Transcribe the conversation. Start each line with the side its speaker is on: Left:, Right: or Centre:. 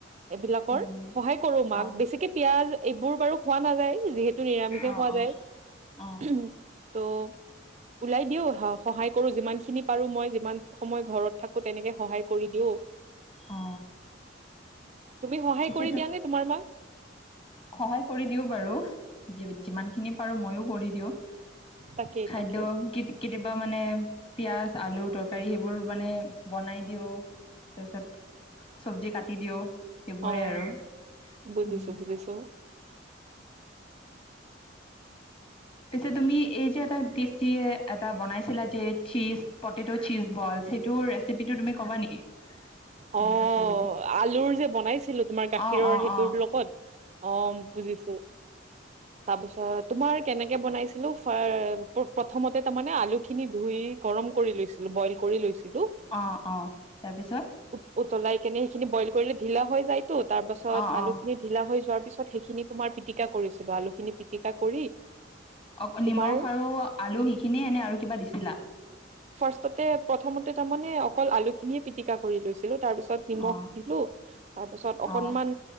Right: এইবিলাকৰ
Left: উম
Right: সহায় কৰোঁ, মাক
Left: অ
Right: বেছিকে পিয়াঁজ এইবোৰ বাৰু খোৱা নাযায়। যিহেতু নিৰামিষে
Left: অ
Right: খোৱা
Left: অ
Right: যায়।
Left: অ
Right: ত' ওলাই দিওঁ সহায় কৰোঁ যিমানখিনি পাৰোঁ মই যিমান সময় ঘৰত থাকো তেনেকে সহায় কৰি দিওঁ।
Left: অ
Right: তুমি সহায়
Left: পিছে
Right: কৰি দিয়া নে তোমাৰ মাক?
Left: সহায় কৰি দিওঁ বাৰু যিমান খিনি পাৰোঁ ময়ো কৰি দিওঁ।
Right: তাকেই
Left: খাদ্য
Right: তাকেই
Left: কি কেতিয়াবা মানে পিঁয়াজ, আলু, তৰকাৰী সেইবোৰ মানে বনাই দিওঁ তাৰপিছত চব্জি কাটি দিওঁ। সেইবোৰে
Right: অ',
Left: আৰু
Right: বুজিছোঁ,
Left: উম,
Right: বুজিছোঁ।
Left: পিছে তুমি এই যে এটা এটা বনাইছিলা যে চীজ পটেটো, চীজ বল সেইটো ৰেচিপিটো তুমি ক'বা নেকি? মনত
Right: অ',
Left: আছে যদি
Right: আলুৰ যে বনাইছিলো তোমাৰ গাখীৰৰ
Left: অ অ
Right: সেইটোৰ
Left: অ
Right: লগত। অ', বুজিছোঁ তাৰপিছত তোমাৰ কেনেকে বনাইছিলো ফাৰ প্ৰথমতে তাৰমানে আলুখিনি ধুই গৰম কৰি লৈছিল ব'ইল কৰি লৈছিলো।
Left: অ', অ', তাৰপিছত?
Right: উ-উতলাই কেনে সেইখিনি ব'ইল কৰিলে ঢিলা হৈ যায়টো। তাৰ পাছত
Left: অ
Right: আলু
Left: অ
Right: খিনি ঢিলা হৈ যোৱাৰ পিছত সেইখিনি তোমাৰ পিটিকা কৰিছিলো, আলু খিনি পিটিকা কৰি।
Left: অকল
Right: তোমাৰ
Left: নিমখ আৰু আলু সিখিনিয়ে নে, আৰু কিবা দিছিলা?
Right: ফাৰ্ষ্টতে প্ৰথমতে তাৰমানে অকল আলুখিনিয়ে পিটিকা কৰি লৈছিলো। তাৰ পিছত নিমখ
Left: অ
Right: দিলো, তাৰ পিছত অকনমান
Left: অ